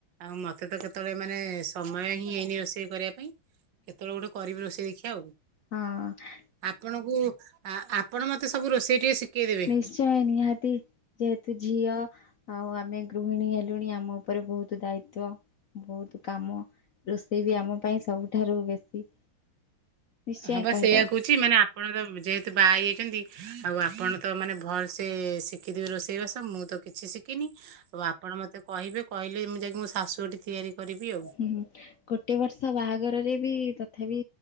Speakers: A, on the right; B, on the left.
A: ଆଉ ମତେ ତ କେତେବେଳେ ମାନେ ସମୟ ହିଁ ହେଇନି ରୋଷେଇ କରିବା ପାଇଁ। କେତେବେଳେ ଗୋଟେ କରିବି ରୋଷେଇ ଦେଖିବା ଆଉ।
B: ହଁ।
A: ଆପଣଙ୍କୁ ଆପଣ ମତେ ସବୁ ରୋଷେଇ ଟିକେ ଶିଖେଇଦେବେ।
B: ନିଶ୍ଚୟ ନିହାତି ଯେହେତୁ ଝିଅ ଆଉ ଆମେ ଗୃହିଣୀ ହେଲୁଣି ଆମ ଉପରେ ବହୁତ ଦାୟିତ୍ୱ ବହୁତ କାମ। ରୋଷେଇ ବି ଆମ ପାଇଁ ସବୁଠାରୁ ବେଶୀ ନିଶ୍ଚୟ
A: ହଁ ବା
B: କହିଦବୁ।
A: ସେଇଆ କହୁଛି ମାନେ ଆପଣ ତ ଯେହେତୁ ବାହା ହେଇ। ଆଉ ଆପଣ ତ ମାନେ ଭଲସେ ଶିଖିଥିବେ ରୋଷେଇ ବାସ ମୁଁ ତ କିଛି ଶିଖିନି ଆଉ ଆପଣ ମତେ କହିବେ କହିଲେ ମୁଁ ଯାଇକି ମୋ ଶାଶୁଟିି ତିଆରି କରିବି ଆଉ।
B: ହୁଁ ହୁଁ <inaudible> ଗୋଟିଏ ବର୍ଷ ବାହାଘରରେ ବି ତଥାପି